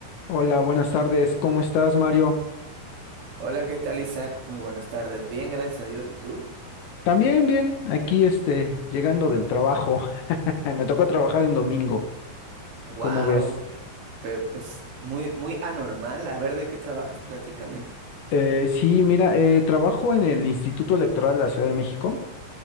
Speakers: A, on the left (about 65°); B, on the right (about 70°).
A: Hola, buenas tardes. ¿Cómo estás, Mario?
B: Hola, ¿qué tal, Isaac? Muy buenas tardes. Bien, gracias a Dios. ¿Y tú?
A: También bien, aquí este, llegando del trabajo. <laughs> Me tocó trabajar en domingo,
B: Wow,
A: ¿cómo ves?
B: pero pues muy, muy anormal. A ver, ¿de qué trabajas? Platícame.
A: Eh, sí, mira, eh, trabajo en el Instituto Electoral de la Ciudad de México.